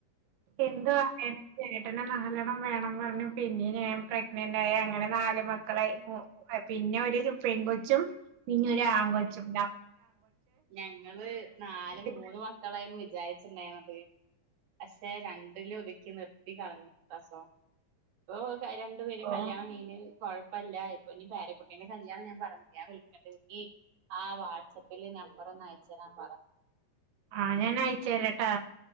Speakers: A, on the right (about 65°); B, on the right (about 85°).
A: എന്താ എന്ത്.. ചേട്ടനെ നാലെണ്ണം വേണം പറഞ്ഞു. പിന്നെയും ഞാൻ പ്രഗ്നന്റ് ആയി അങ്ങനെ നാല് മക്കളായി. പിന്നെ ഒരു പെൺ കൊച്ചും. പിന്നൊ രു ആൺ കൊച്ചും.
B: ഞങ്ങള് നാല്
A: കഴിച്ചു.
B: മൂന്ന് മക്കളായിന്ന് വിചാരിച്ച <unintelligible> പക്ഷേ രണ്ടില് ഒതുക്കി നിർത്തി കളഞ്ഞു പ്രസവം. പ്പ രണ്ടു പേരും
A: ഓ
B: കല്യാണം കഴിഞ്ഞ് കുഴപ്പ ഇപ്പല്ല ഇപ്പൊ ഇനി പേരക്കുട്ടിന്റെ കല്യാണം ഞാൻ പറഞ്ഞില്ലേ വിളിക്കേണ്ടത് ആ വാട്സ്ആപ്പില് ന നമ്പറൊന്നഅയച്ചു തരാൻ പറാ.
A: ആ ഞാൻ അയച്ചു തരാട്ടോ.